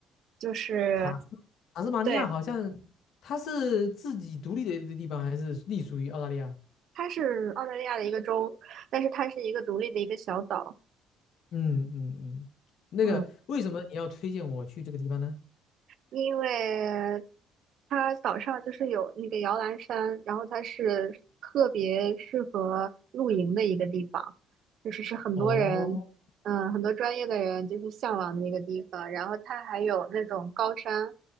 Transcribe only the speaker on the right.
就是
对，
它是澳大利亚的一个州，但是它是一个独立的一个小岛。
嗯，因为它岛上就是有那个摇篮山，然后它是特别适合露营的一个地方，就是是很多人，
嗯，很多专业的人就是向往的一个地方。然后它还有那种高山，